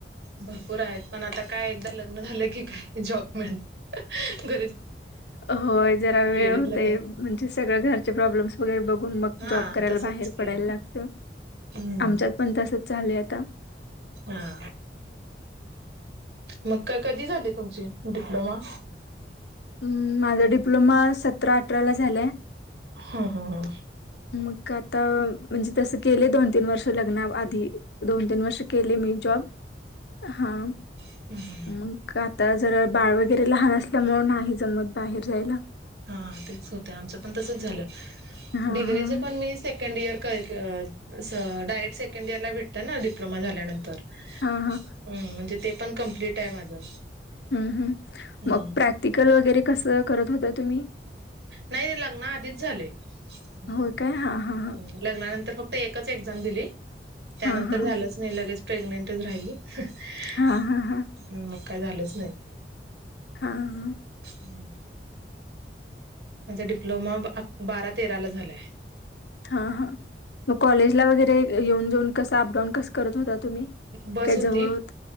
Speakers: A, on the right; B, on the left.
A: भरपूर आहेत, पण आता काय एकदा लग्न झालं की काय जॉब मिळ <unintelligible> घ
B: होय जरा वेळ
A: लेडीजला
B: होतय
A: काय
B: म्हणजे सगळ घरचे प्रॉब्लेम्स वगैरे बघून मग
A: हा
B: जॉ जॉब करायला
A: तसच
B: बाहेर
A: की
B: पडायला लागत,
A: हम्म
B: आमच्यात पण तसच झालय आता
A: हा. मग काय कधी झाली तुमची डिप्लोमा?
B: उ माझा डिप्लोमा सतरा अठराला झालाय.
A: हा हा हा.
B: मग आता म्हणजे तस केले दोन तीन वर्ष लग्नाव आधी दोन तीन वर्ष केले मी जॉब, हा
A: हम्म हम्म हम्म.
B: मग आता जरा बाळ व वगैरे लहान असल्यामुळ नाही जमत बाहेर जायला
A: हा तेच होतय, आमच पण तसच झालं
B: हां,
A: डिग्रीच
B: हां.
A: पण मी सेकंड इयर काय <unintelligible> अस डायरेक्ट सेकंड इयरला भेटतं ना डिप्लोमा झाल्यानंतर
B: हां, हां.
A: उम्म म्हणजे ते पण कमप्लीटाय माझं
B: हम्म हम्
A: हम्म.
B: मग प्रॅक्टिकल वगैरे कसं करत होता तुम्ही?
A: नाही लग्ना आधीच झालय, <unintelligible>
B: होय काय हा हा
A: लग्नानंतर फक् ते एकच एक्झाम दिली, त्यानंतर
B: हा हा
A: झालंच नाही लगेच प्रेग्नेंटच राहिली. ह
B: हा हा हा हा
A: मग काय झालंच नाही.
B: हा ह.
A: हम्म. माझा डिप्लोमा <unintelligible> बारा तेरा ला झालाय.
B: हा हा, मग कॉलेजला वगैरे य येऊन जाऊन कस अपडाऊन कस करत होतात? तुम्ही
A: बस
B: काय
A: होती
B: जवळ होत?